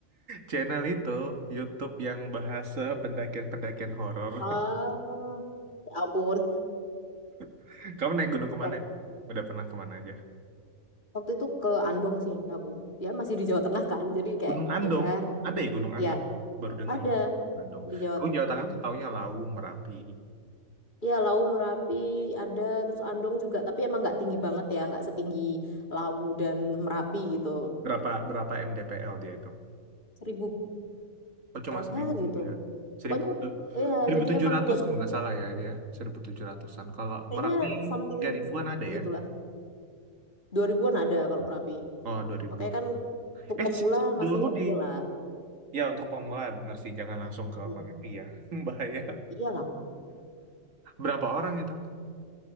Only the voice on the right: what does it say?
Channel itu, YouTube yang bahasa pendakian-pendakian horor.
<laughs> Kamu naik gunung kemana?
Em? Udah pernah kemana aja?
Gunung Andong.
Ada ya Gunung Andong?
Baru dengar
loh. Gunung Andong.
Aku
Jawa Tengah tuh taunya Lawu, Merapi.
Berapa berapa MDPL dia itu?
Oh cuma
seribu
ya. Seribu
tu-
seribu
tujuh
ratus
kalau nggak salah ya dia. Seribu tujuh ratusan. Kalau
Merapi
tiga ribuan ada
ya?
Oh dua ribuan.
Eh
si- si
Doro
di
Ya, untuk pemula benar sih jangan langsung
ke Merapi ya. <laughs> Bahaya.
Berapa orang itu?